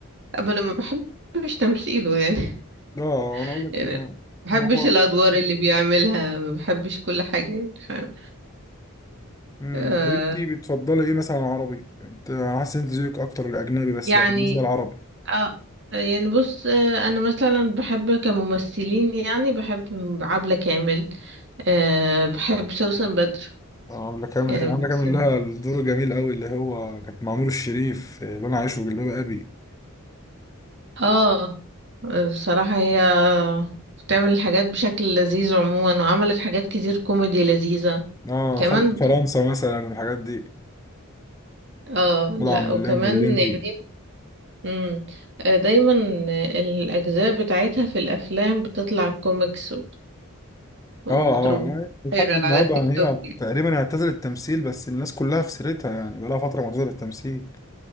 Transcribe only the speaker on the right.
أما انا ما بحبش تمثيله يعني <laughs>
يعني
ما بحبش
الادوار اللي بيعملها ما بحبش كل حاجه يعني فاهم
آه
يعني
آه يعني بص آه انا مثلا بحب كممثلين يعني بحب عبلة كامل آه بحب سوسن بدر
يعني
بحس
إن-
اه بصراحة هي بتعمل حاجات بشكل لذيذ عموما وعملت حاجات كتير كوميدي لذيذة
كمان
ب-
اه
لا
وكمان
يعني مم. آه، دايما الأجزاء بتاعتها في الأفلام بتطلع كوميكس و-
وبتروح
فايرال
على التيك
توك